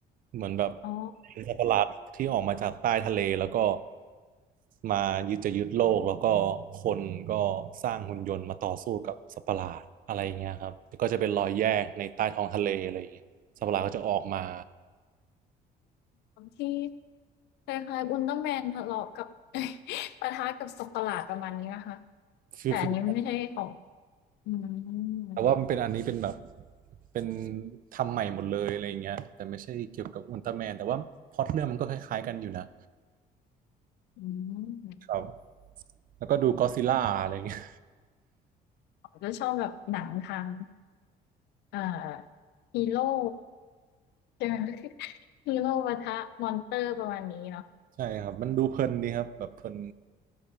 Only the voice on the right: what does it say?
เหมือนแบบ
เป็นสัตว์ประหลาดที่ออกมาจากใต้ทะเลแล้วก็มายึดจะยึดโลกแล้วก็คนก็สร้างหุ่นยนต์มาต่อสู้กับสัตว์ประหลาดอะไรเงี้ยครับแล้วก็จะเป็นรอยแยกในใต้ท้องทะเลอะไรเงี้ยสัตว์ประหลาดก็จะออกมา
ฟิวฟิล
แต่ว่ามันเป็นอันนี้เป็นแบบเป็นทำใหม่หมดเลยอะไรอย่างเงี้ยแต่ไม่ใช่เกี่ยวกับอุลตร้าแมนแต่ว่าพล็อตเรื่องมันก็คล้ายๆกันอยู่นะ
ครับ แล้วก็ดูก็อดซิลล่าอะไรเงี้ย
<laughs> ใช่ครับมันดูเพลินดีครับแบบเพลิน